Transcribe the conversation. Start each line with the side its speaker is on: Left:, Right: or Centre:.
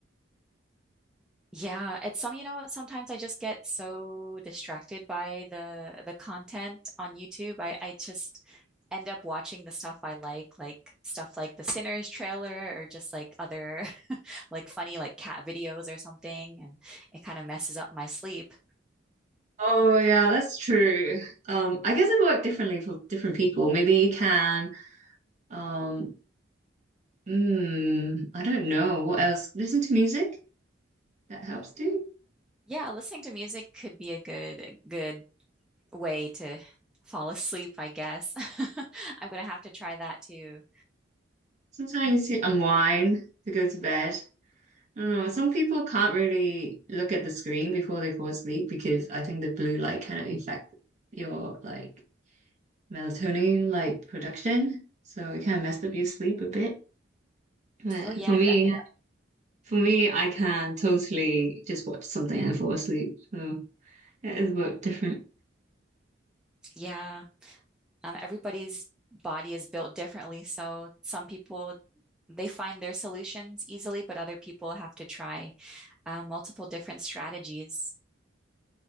Centre: Yeah, it's some, you know, what, sometimes I just get so distracted by the the content on YouTube. I I just end up watching the stuff I like, like stuff like the Sinners trailer or just like other <laughs> like funny like cat videos or something, and it kind of messes up my sleep.
Right: Oh yeah, that's true. Um, I guess it worked differently for different people. Maybe you can, um, mm, I don't know what else. Listen to music that helps too.
Centre: Yeah, listening to music could be a good good way to fall asleep, I guess. <laughs> I'm gonna have to try that too.
Right: Sometimes you unwind to go to bed. I don't know. Some people can't really look at the screen before they fall asleep because I think the blue light kind of affect your like melatonin like production, so it can mess up your sleep a bit. But
Centre: Oh yeah,
Right: for me,
Centre: definitely.
Right: for me, I can totally just watch something and fall asleep. So it is work different.
Centre: Yeah. Um, everybody's body is built differently. So some people, they find their solutions easily, but other people have to try uh, multiple different strategies.